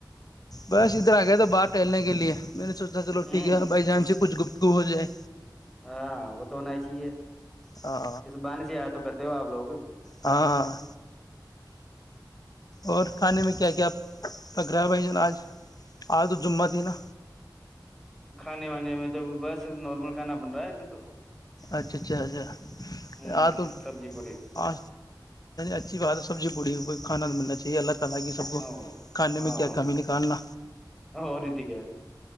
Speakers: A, on the left; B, in the centre.
A: بس ادھر آ گئے تھے باہر ٹہلنے کے لیے میں نے سوچا چلو
B: ہوں
A: ٹھیک ہے بھائی جان سے کچھ گفتگو گو ہو جائے
B: ہاں وہ تو ہونا ہی چاہیے
A: ہاں
B: اس بہانے سے یاد تو کرتے ہو آپ لوگ بھی
A: ہاں اور کھانے میں کیا کیا پک رہا ہے بھائی جان آج تو جمعہ تھی نا
B: کھانے وانے میں تو بس نارمل کھانا بن رہا ابھی تو
A: اچھا اچھا اچھا
B: ہ
A: آ تو
B: سبزی پوڑی
A: آ اچھی بات ہے سبزی پوری کھانا بننا چاہیے اللہ سب کو
B: او او
A: کھانے میں کیا کمی نکالنا
B: اور رہتی کیا